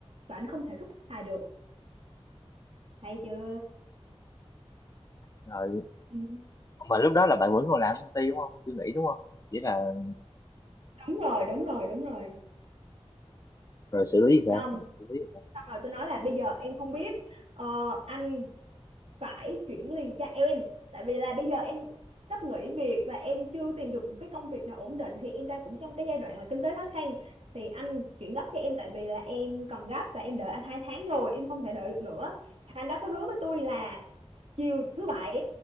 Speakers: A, on the right; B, on the left.
A: và anh không thể rút xài được hay chưa
B: rồi
A: Ừ.
B: mà lúc đó là bạn vẫn còn làm công ty đúng không chưa nghĩ đúng không chỉ là
A: đúng rồi đúng rồi đúng rồi
B: rồi xử lý thì sao
A: xong
B: rồi xử lý sao
A: xong rồi tôi nói là bây giờ em không biết ờ, anh phải chuyển liền cho em tại vì là bây giờ em sắp nghỉ việc và em chưa tìm được một cái công việc nào ổn định thì em đang cũng trong cái giai đoạn là kinh tế khó khăn thì anh chuyển gấp cho em tại vì là em còn gấp và em đợi anh hai tháng rồi em không thể đợi được nữa anh đó có hứa với tôi là chiều thứ bảy